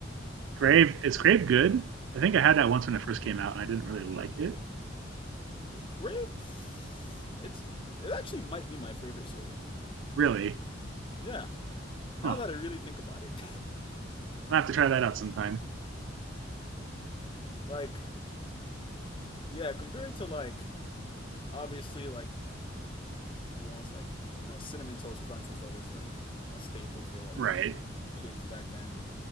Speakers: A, on the right (about 70°); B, on the left (about 25°).
A: Grave is Grave good? I think I had that once when it first came out, and I didn't really like it.
B: Uh, Crave, pff, it's it actually might be my favorite cereal.
A: Really?
B: Yeah, now
A: Huh.
B: that I really think about it,
A: I'll have to try that out sometime.
B: <laughs> like yeah, compared to like obviously like ones like you know cinnamon toast crunch was always like a staple for like
A: Right.
B: kids back then.